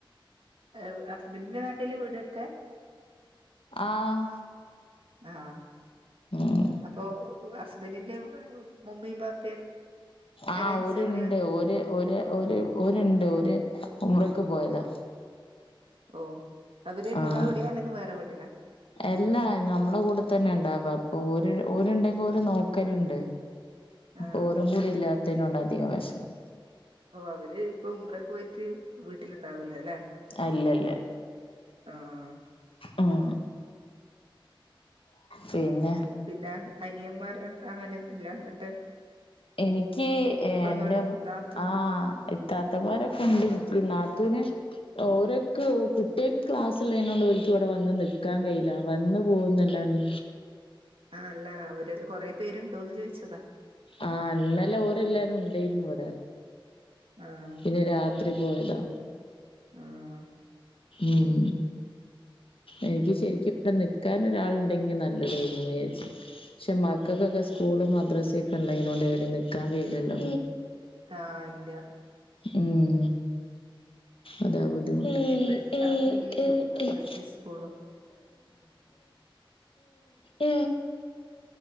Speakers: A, on the right (about 80°); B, on the left (about 80°).
A: അ ഹസ്ബൻറിന്റെ നാട്ടിലെ വീടെടുക്ക
B: ആഹ്
A: ആഹ്
B: ഉം
A: അപ്പൊ ഹസ്ബൻറിന്റെ ഉമ്മിയും പാപ്പയും പേരൻറ്സ്
B: ആഹ് ഓര്
A: എവിടെയാ
B: ണ്ട് ഓര് ഓര് ഓര് ഓര് ഒണ്ട് ഒരു ഉമ്മ്റക്ക് പോയതാ
A: ഓ അവര് നിങ്ങളെ
B: ആഹ്
A: എവിടെയാ അല്ലെങ്കിൽ വേറെ വീട്ടില
B: എല്ലാ നമ്മള കൂടെ തന്നെ ഉണ്ടവാ അപ്പൊ ഓര് ഒണ്ടെങ്കിൽ ഓര് നോക്കലുണ്ട്
A: ആ
B: ഓരും കൂടി ഇല്ലാത്തതിന കൊണ്ട് അധികം വിഷമം
A: ഓ അവര് ഇപ്പൊ ഉമ്മറയ്ക്കു പോയിറ്റ് വീട്ടിലുണ്ടാവൂലോ അല്ലെ
B: അല്ലല്ല
A: ആഹ്
B: ഉം പിന്നെ
A: പിന്നെ അനിയന്മാർ അങ്ങനെ ഇല്ല ഏട്ടൻ
B: എനിക്ക് എന്റെ
A: പെങ്ങള് നാത്തൂന്
B: ആഹ് ഇത്താത്തമാാരൊക്കെ ഉണ്ടിനിക്ക് നാത്തൂന് ഓരക്ക് കുട്ടിയൊക്കെ ക്ലാസ്ള്ളതിനോണ്ട് ഒരിക്കും ഇവിടെ വന്ന് നിൽക്കാൻ കയില്ല വന്നു പോകുന്നല്ലാണ്ട്
A: ആഹ് അല്ല അവര് അത് കൊറെ പേരുണ്ടോന്ന് ചോദിച്ചതാ
B: ആഹ് അല്ലല്ല ഓര് എല്ലാരും ഉണ്ടായിരുന്നു ഇവിടെ
A: ആഹ്
B: പിന്നെ രാത് ത്രീ പോയതാ
A: ആഹ്
B: ഉം എനിക്ക് ശരിക്കും ഇവിടെ നിക്കാൻ ഒരാളുണ്ടെങ്കിൽ നല്ലതെ എന്ന് വിചാരിച്ചു പക്ഷെ മക്കൾക്കൊക്കെ സ്കൂള് മദ്രസേക്കെ ഉണ്ട് അയിനാണ്ട് ഇവിടെ നിക്ക്,, കാം കഴിയില്ലല്ലോ
A: ആഹ് ഇല്ല
B: ഉം ഉം അതാ ബുദ്ധിമുട്ട്
A: ഇനിയിപ്പോ എക്സാമല്ലേ
B: ഉം
A: വരുന്നെ മദ്രസയും സ്കൂളും
B: ഉം